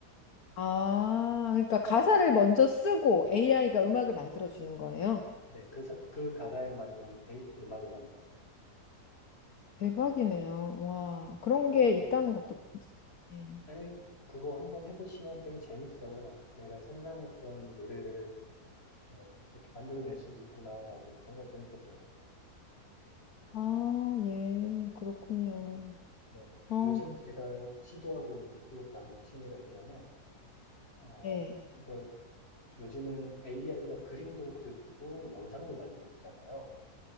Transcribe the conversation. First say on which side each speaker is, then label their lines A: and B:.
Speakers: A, on the left; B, on the left.
A: 아, 그러니까 가사를 먼저 쓰고 AI가 음악을 만들어 주는 거예요?
B: 네, 그, 사- 그 가사에 맞는 에이- 음악을 만들어줘요.
A: 대박이네요. 와, 그런
B: 그래서
A: 게 있다는 것도 몰랐어요. 예.
B: 재미, 그거 한번 해보시면 되게 재밌어요. 내가 생각했던 노래를 어, 이렇게 만들어낼 수도 있구나라고 정말 재밌었던 것 같아요.
A: 아, 예, 그렇군요.
B: 네.
A: 어,
B: 요즘 제가 시도하고 있는 또 다른 취미가 있다면, 어,
A: 네.
B: 이걸 요즘은 AI가 그림도 그려주고 영상도 만들어주잖아요.